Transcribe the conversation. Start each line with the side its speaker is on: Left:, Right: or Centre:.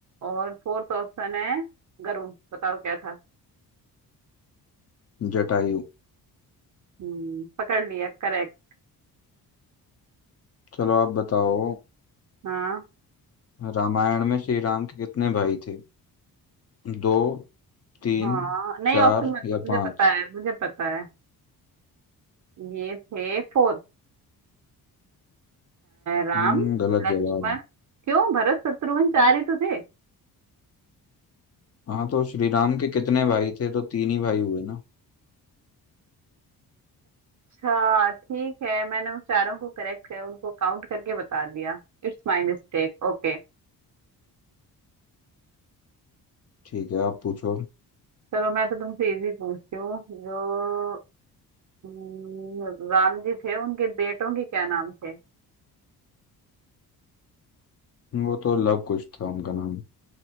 Right: और फोर्थ ऑप्शन है गरुण बताओ क्या था
Left: जटायु
Right: हम्म पकड़ लिया करेक्ट
Left: चलो आप बताओ
Right: हाँ
Left: रामायण में श्री राम के कितने भाई थे दो तीन
Right: हाँ नहीं
Left: चार
Right: ऑप्शन मत
Left: या
Right: दो मुझे
Left: पांच
Right: पता है मुझे पता है ये थे फोर राम
Left: हम्म गलत
Right: लक्ष्मण
Left: जवाब है
Right: क्यों भरत शत्रुघ्न चार ही तो थे
Left: हाँ तो श्री राम के कितने भाई थे तो तीन ही भाई हुए ना
Right: अच्छा ठीक है मैंने उस चारों को करेक्ट कर उनको काउंट करके बता दिया इट्स माय मिस्टेक ओके
Left: ठीक है आप पूछो
Right: चलो मैं तो तुमसे इजी पूछती हूँ जो हम्म, राम जी थे उनके बेटों के क्या नाम थे
Left: वो तो लव कुश था उनका नाम